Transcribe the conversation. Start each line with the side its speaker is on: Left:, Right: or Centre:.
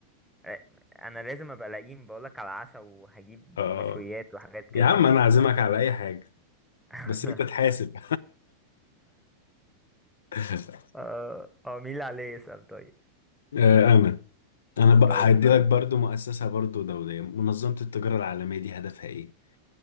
Centre: إيه، أنا لازم أبقى لئيم بقولك على عشا وهجيب
Left: اه
Centre: مشويات وحاجات كده
Left: يا عم انا عازمك على اي حاجة
Centre: <laughs>
Left: بس انت تحاسب <laughs>
Centre: اه آه، مين اللي عليه يسأل طيب
Left: آه، امل انا بقى
Centre: طيب
Left: هدي
Centre: يلا
Left: لك برضو مؤسسة برضو دولية منظمة التجارة العالمية دي هدفها ايه